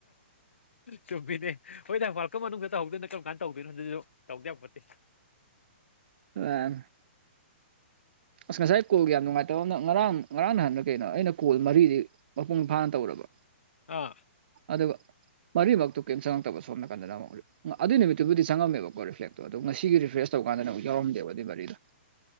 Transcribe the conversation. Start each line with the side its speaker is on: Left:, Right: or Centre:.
Left: ꯆꯨꯝꯃꯤꯅꯦ ꯍꯣꯏ ꯅ ꯋꯥꯔꯀꯝ ꯃꯅꯨꯡꯗ ꯇꯍꯧꯗꯣꯏꯅ ꯀꯔꯝ ꯀꯥꯟꯅ ꯇꯧꯗꯣꯏꯅꯣ ꯍꯧꯖꯤꯛꯁꯨ ꯇꯧꯗꯦ ꯌꯥꯝ ꯐꯣꯠꯇꯦ
Right: ꯑ ꯑꯁ ꯉꯁꯥꯏ ꯀꯣꯜꯒ ꯌꯥꯝ ꯅꯨꯡꯉꯥꯏꯇꯕ ꯑꯃꯅ ꯉꯔꯥꯡ ꯉꯔꯥꯡ ꯅꯍꯥꯟꯗ ꯀꯩꯅꯣ ꯑꯩꯅ ꯀꯣꯜ ꯃꯔꯤꯗꯤ ꯃꯄꯨꯡ ꯐꯥꯅ ꯇꯧꯔꯕ
Left: ꯑꯥ
Right: ꯑꯗꯨꯒ ꯃꯔꯤꯃꯛꯇꯨ ꯀꯔꯤꯝ ꯆꯪꯉꯛꯇꯕ ꯁꯣꯝ ꯅꯥꯀꯟꯗ ꯑꯃꯛ ꯑꯗꯨꯏ ꯅꯨꯃꯤꯠꯇꯨꯕꯨꯗꯤ ꯆꯪꯉꯝꯃꯦꯕꯣ ꯑꯣ ꯔꯤꯐ꯭ꯂꯦꯛꯇꯣ ꯑꯣ ꯉꯁꯤꯒꯤ ꯔꯤꯐ꯭ꯔꯦꯁ ꯇꯧꯀꯥꯟꯗꯅ ꯑꯃꯨꯛ ꯌꯥꯎꯔꯝꯗꯦꯕ ꯑꯗꯨꯗꯤ ꯒꯥꯔꯤꯗꯣ